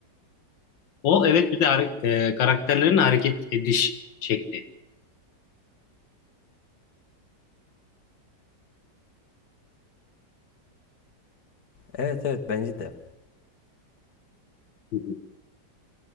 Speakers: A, on the left (about 85°); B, on the left (about 55°).
A: o evet bir de hare- e, karakterlerin hareket ediş şekli.
B: Evet evet bence de.
A: Hı hı.